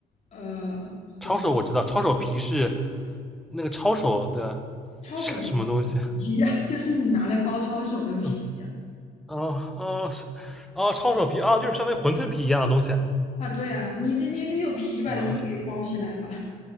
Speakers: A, on the left; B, in the centre.
A: 呃馄
B: 抄手我知道，抄手皮是那个抄手的是
A: 抄手的
B: <laughs> 什么东西？
A: 皮呀、就是你拿来包抄手的皮呀、
B: 嗯，哦哦是哦，抄手皮啊，就是相当于馄饨皮一样的东西。
A: 啊。对呀、你得你得有皮把肉给包起来吧。
B: 啊，
A: <laughs>